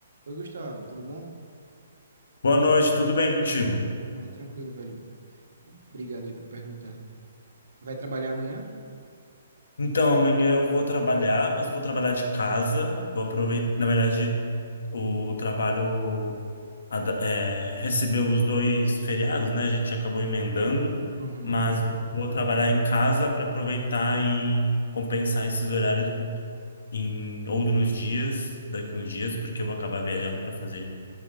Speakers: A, on the right (about 80°); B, on the left (about 80°).
A: Oi, Gustavo, tudo bom?
B: Boa noite, tudo bem contigo?
A: Ah, tranquilo, velho. Obrigado aí por perguntar. Vai trabalhar amanhã?
B: Então, amanhã eu vou trabalhar, mas vou trabalhar de casa. Vou aproveitar, na verdade, o trabalho a da- é, recebeu os dois feriados, né? A gente acabou emendando,
A: Uhum,
B: mas eu vou trabalhar em casa para aproveitar e compensar esses horários em outros dias, daqui uns dias, porque eu vou acabar viajando para fazer